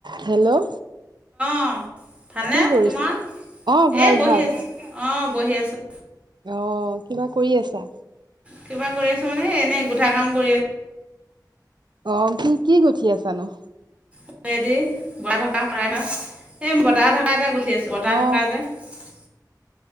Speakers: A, on the right; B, on the right.
A: Hello
B: অ ভালনে?
A: কি কৰিছ?
B: তোমাৰ
A: অ ভাল
B: এই বহি
A: ভাল
B: আছো অ বহি আছো।
A: অ কিবা কৰি আছা?
B: কিবা কৰি আছানে, এনেই গোঠা কাম কৰি আছোঁ?
A: অ' অ' কি কি গোঠি আছানোঁ?
B: হাতেদি বঁটা থকা কৰাইখন এই বতাহ থকা এতে গুঠি আছোঁ বতাহ
A: অ
B: থকা যে ৰয়